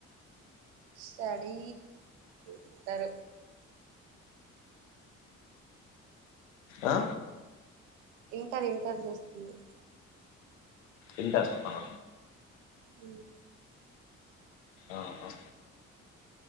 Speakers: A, on the right; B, on the left.
A: సడీ ఉంటారు
B: ఆ
A: ఇంటర్ ఇంటర్ చేస్తుంది
B: ఇంపాడు వస్తావ
A: అ
B: ఆహా